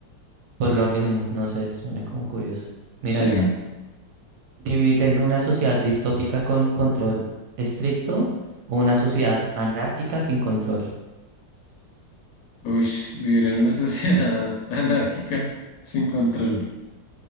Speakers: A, on the right; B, on the left.
A: Por lo mismo, no sé, suena como curiosa. Mira
B: Sí.
A: esta. ¿Vivir en una sociedad distópica con control estricto o una sociedad anárquica sin control?
B: Uy, vivir en una sociedad <laughs> anárquica sin control.